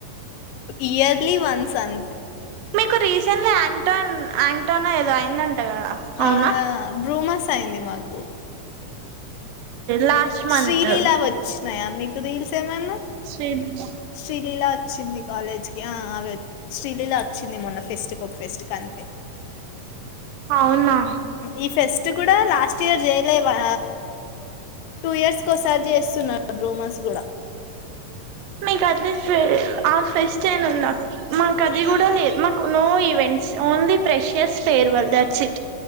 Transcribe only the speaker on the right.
మీకు రీసెంట్లీ ఎంగ్టన్ ఎంగ్టేనా ఏదో అయిందంట కదా
ఔనా
లాస్ట్ మంత్
శ్రీలిలా
అవునా
మీకట్లీస్ట్ ఆ ఫెస్ట్ అన్న్ ఉన్నా మాకది
కూడా లేదు మాకు నో ఈవెంట్స్ ఓన్లీ ఫెషస్ farewell that's it